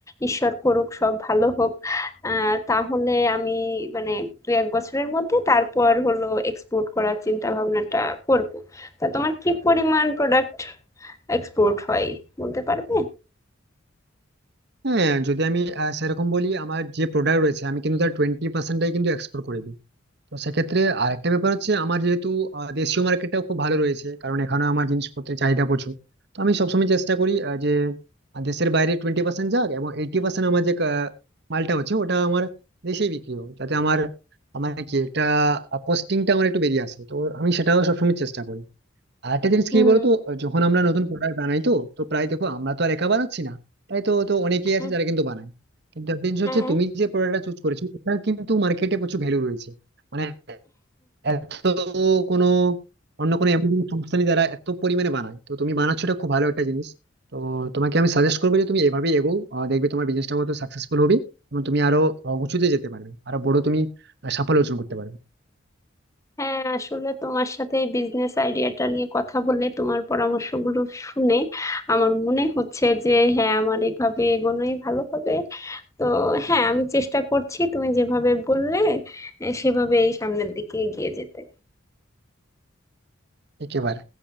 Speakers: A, on the left; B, on the right.
A: ঈশ্বর করুক সব ভালো হোক আহ, তাহলে আমি মানে দু এক বছরের মধ্যে তারপর হলো এক্সপোর্ট করার চিন্তা ভাবনাটা করব তা তোমার কি পরিমাণ প্রোডাক্ট এক্সপোর্ট হয় বলতে পারবে
B: হ্যাঁ যদি আমি আহ, সেরকম বলি আমার যে প্রোডাক্ট রয়েছে আমি কিন্তু তার টোয়েন্টি পার্সেন্টটাই কিন্তু এক্সপোর্ট করে দিই তো সেক্ষেত্রে আরেকটা ব্যাপার হচ্ছে আমার যেহেতু আহ, দেশীয় মার্কেটটাও খুব ভালো রয়েছে কারণ এখানে আমার জিনিসপত্রের চাহিদা প্রচুর তো আমি সবসময় চেষ্টা করি আহ, যে আহ, দেশের বাইরে টোয়েন্টি পার্সেন্ট যাক এবং এইটি পার্সেন্ট আমার যে আহ, মালটা হচ্ছে ওটা আমার দেশেই বিক্রি হোক যাতে আমার আমার কি একটা কস্টিংটা আমার একটু বেরিয়ে আসে তো আমি সেটাও সবসময় চেষ্টা করি আর একটা জিনিস
A: হুম
B: কি বলতো যখন আমরা নতুন প্রোডাক্ট বানাই তো তো প্রায় দেখো আমরা তো আর একা বানাচ্ছি না তাই তো তো অনেকেই
A: হ্যাঁ
B: আছে যারা কিন্তু বানায় কিন্তু একটা জিনিস
A: হ্যাঁ
B: হচ্ছে তুমি যে প্রোডাক্টটা চুজ করেছো এটা কিন্তু মার্কেটে প্রচুর ভ্যালু রয়েছে মানে এত কোনো অন্য কোনো এমন কোনো সংস্থা নেই যারা এত পরিমাণে বানায় তো তুমি বানাচ্ছো এটা খুব ভালো একটা জিনিস তো তোমাকে আমি সাজেস্ট করবো যে তুমি এভাবেই এগো আহ, দেখবে তোমার বিজনেসটা হয়তো সাকসেসফুল হবে এবং তুমি আরো আহ, উঁচুতে যেতে পারবে আরো বড় তুমি আহ, সাফল্য অর্জন করতে পারবে
A: হ্যাঁ আসলে তোমার সাথে এই বিজনেস আইডিয়াটা নিয়ে কথা বলে তোমার পরামর্শগুলো শুনে আমার মনে হচ্ছে যে হ্যাঁ আমার এইভাবে এগোনোই ভালো হবে তো হ্যাঁ আমি চেষ্টা করছি তুমি যেভাবে বললে আহ, সেভাবেই সামনের দিকে এগিয়ে যেতে
B: একেবারে